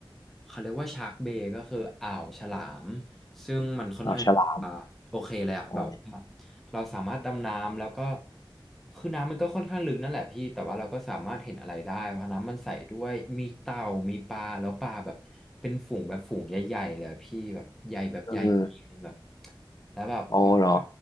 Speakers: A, in the centre; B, on the left.
A: เขาเรียกว่าชาร์กเบย์ก็คืออ่าวฉลามซึ่งมันค่อนข้างอ่าโอเคเลยอ่ะแบบว่า
B: อ๋อฉลามอ๋อ
A: เราสามารถดำน้ำแล้วก็คือน้ำมันก็ค่อนข้างลึกนั่นแหละพี่แต่ว่าเราก็สามารถเห็นอะไรได้เพราะน้ำมันใสด้วยมีเต่ามีปลาแล้วปลาแบบเป็นฝูงแบบฝูงใหญ่ๆเลยอะพี่แบบใหญ่แบบใหญ่จริงแบบ
B: เออ
A: แล้วแบบมันก็
B: โอ้เหรอ